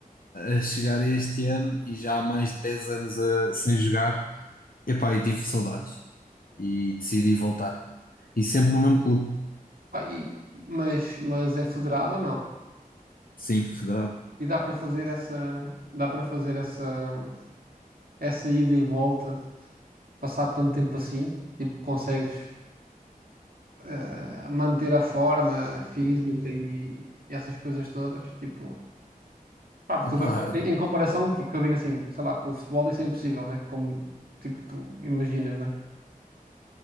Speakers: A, on the left; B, on the right.
A: a chegar a este ano e já há mais de 10 anos a- sem jogar. Epá, e tive saudades e decidi voltar. E sempre no mesmo clube,
B: Pá, e- mas, mas é federado ou não?
A: sim, federado.
B: E dá para fazer essa, dá para fazer essa, essa ida e volta, passado tanto tempo assim? Tipo, consegues eh, manter a forma física e essas coisas todas? Tipo, pá, porque
A: Epá,
B: eu- em em comparação, porque eu digo assim, sei lá, com o futebol isso é impossível, né? Como, tipo, tu imaginas, né?